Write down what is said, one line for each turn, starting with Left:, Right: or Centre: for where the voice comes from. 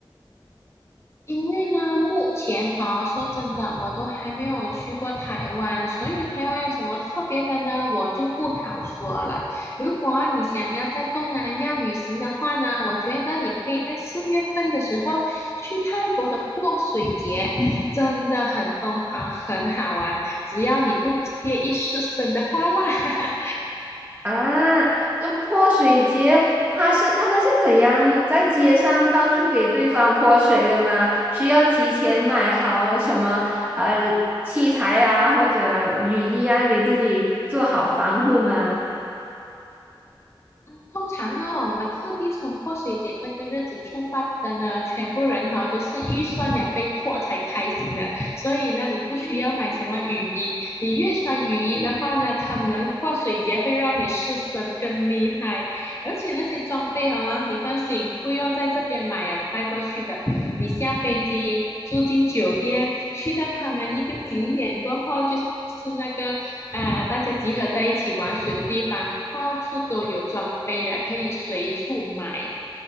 Left: 因为呢，目前哈，说真的，我都还没有去过台湾，所以台湾有什么特别的呢，我就不好说了。如果你想要在东南亚旅行的话呢，我觉得你可以在四月份的时候去泰国的泼水节，真的很疯狂，很好玩，只要你不介意湿身的话啦。<laughs>
Right: 啊，呃，泼水节，它是他们是怎样在街上到处给对方泼水的吗？需要提前买好什么呃器材啊，或者雨衣啊，给自己做好防护吗？
Left: 嗯，通常呢，我们特地从泼水节这个日子出发的呢，全部人哈都是预算了被迫才开心的，所以呢，你不需要买什么雨衣，你越穿雨衣的话呢，他们泼水节会让你湿身更厉害，而且那些装备哦，你放心，不用在这边买啊，带过去的，你下飞机住进酒店，去到他们一个景点过后就是是那个呃，大家集合在一起玩水的地方，到处都有装备了，可以随处买。